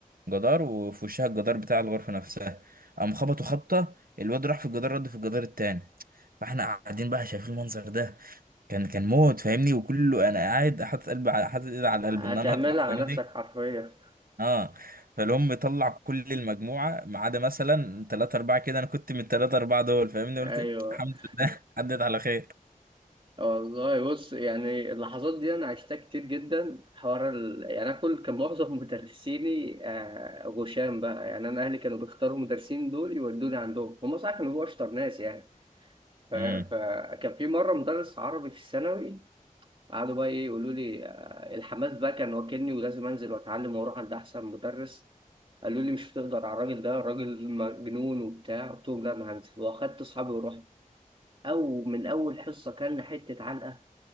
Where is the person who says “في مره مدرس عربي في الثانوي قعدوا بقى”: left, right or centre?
Right